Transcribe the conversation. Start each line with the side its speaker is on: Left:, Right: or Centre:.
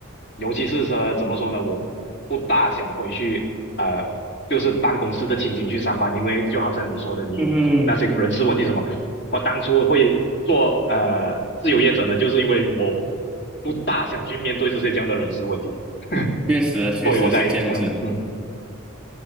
Left: 尤其是说怎么说呢，我不大想回去，呃，就是办公室的情景去上班，因为就好像你说的，你那些人事问题什么，
Centre: 嗯哼，
Left: 我当初会做呃自由业者呢，就是因为我不大想去面对这些这样的人事问题，
Centre: 确实啊确实是这样子。
Left: <laughs> 所以我才嗯嗯